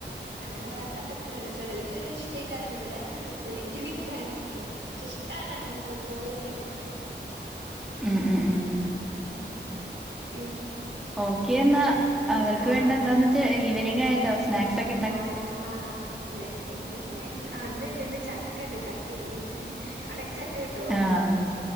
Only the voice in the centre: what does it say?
ഉം ഉം ഉം
ഓക്കെന്നാ അവർക്ക്
വേണ്ടെ
എന്താന്ന് വെച്ച ഈവനിങ് ആയല്ലോ സ്നാക്സ് ഒക്ക്
ആഹ്